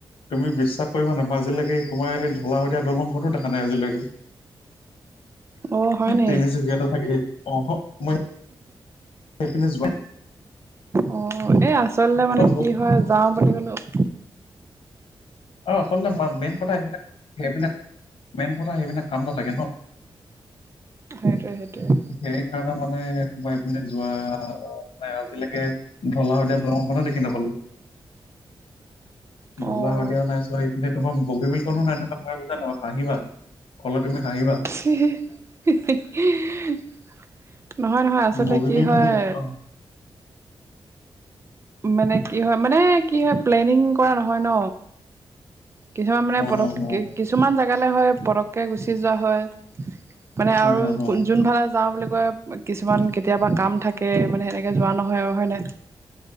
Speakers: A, on the left; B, on the right.
A: তুমি বিশ্বাস কৰিবা নাপা আজিলৈকে তোমাৰ এই ঢলা শদীয়া দলংখনো দেখা নাই আজিলৈকে-
B: অঁ হয় নি
A: তিনিচুকীয়াটা থাকেই অ মই সেই পিনে জোৱোই
B: অ এই আচলতে মানে
A: দহ বছৰ
B: কি হয় যাওঁ বুলি ক'লেও-
A: অ আচলতে মেইন কথা সেইবিলাক সেইবিলাক- মেইন কথা সেইবিলাক কাম নাথাকে ন।
B: সেইটোৱে সেইটোৱে
A: সেই কাৰণে মানে সোমাই পিনে যোৱা মানে আকে ঢলা, শদিয়া দঙখে দেখি নাপালো
B: অ',
A: ঢলা সদিয়াও নাইছো এপিনে তোমাৰ- বগী, বিলখনো নাইথকা ভয় বুজ জান ন হাঁহিবা কললে তুমি- হাঁহিবা
B: হিই হিই নহয় নহয় আচলতে
A: বগীবিলখনো
B: কি হয়।
A: দেখা অ
B: মানে কি হয় মানে কি হয় প্লেনিং কৰা নহয় ন। কিছুমান মানে
A: অ
B: পক
A: অ অ
B: কিছুমান জেগালৈ হয় পটককৈ গুচি যোৱা হয়। মানে আৰু
A: অ অ অ
B: কোন যোন ভাল আ যাওঁ বুলি কয় কিছুমান কেতিয়াবা কাম থাকে মানে সেনেকে যোৱা নহয় আৰু হয়নে।